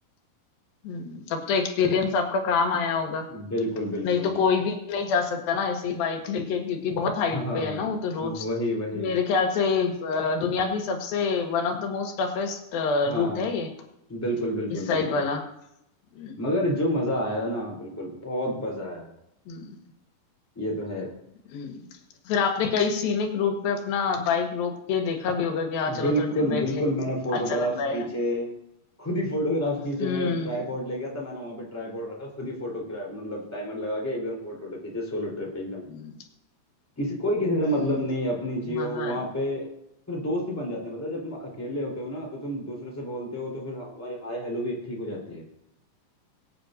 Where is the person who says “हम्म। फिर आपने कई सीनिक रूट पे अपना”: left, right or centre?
Left